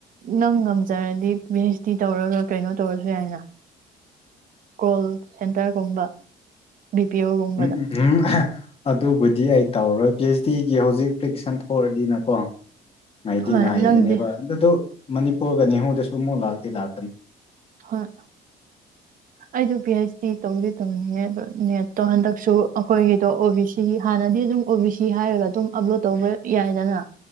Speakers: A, on the right; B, on the left.
A: ꯅꯪ ꯉꯝꯖꯔꯗꯤ ꯄꯤ ꯍꯩꯆ ꯗꯤ ꯇꯧꯔꯒ ꯀꯩꯅꯣ ꯇꯧꯔꯁꯨ ꯌꯥꯏꯅ ꯀꯣꯜ ꯁꯦꯟꯇꯔꯒꯨꯝꯕ ꯕꯤ ꯄꯤ ꯑꯣꯒꯨꯝꯕꯗ
B: ꯎꯝ ꯎꯝ ꯑꯗꯨꯕꯨꯗꯤ ꯑꯩ ꯇꯧꯔꯣꯏ ꯄꯤ ꯑꯩꯆ ꯗꯤꯒꯤ ꯍꯧꯖꯤꯛ ꯑꯦꯄ꯭ꯂꯤꯀꯦꯁꯟ ꯊ‌ꯣꯔꯗꯤꯅꯀꯣ ꯉꯥꯏꯗꯤ
A: ꯍꯣꯏ
B: ꯉꯥꯏꯕꯅꯦꯕ
A: ꯅꯪꯗꯤ
B: ꯑ ꯑꯗꯨ ꯃꯅꯤꯄꯨꯔꯒꯅꯤ ꯅ‌ꯦꯍꯨ ꯒ ꯁꯨꯃꯣ ꯂꯥꯛꯇꯤ ꯂꯥꯛꯀꯅꯤ
A: ꯍꯣꯏ ꯑꯩꯁꯨ ꯄꯤ ꯑꯩꯩꯆ ꯗꯤ ꯇꯧꯗꯤ ꯇꯧꯅꯤꯡꯉꯦ ꯑꯗꯣ ꯅꯦꯠꯇꯣ ꯍꯟꯗꯛꯁꯨ ꯑꯩꯈꯣꯏꯒꯤꯗꯣ ꯑꯣ ꯕꯤ ꯁꯤ ꯍꯥꯟꯅꯗꯤ ꯑꯗꯨꯝ ꯑꯣ ꯕꯤ ꯁꯤ ꯍꯥꯏꯔꯒ ꯑꯗꯨꯝ ꯑꯞꯂꯣꯗ ꯇꯧꯕ ꯌꯥꯏꯗꯅ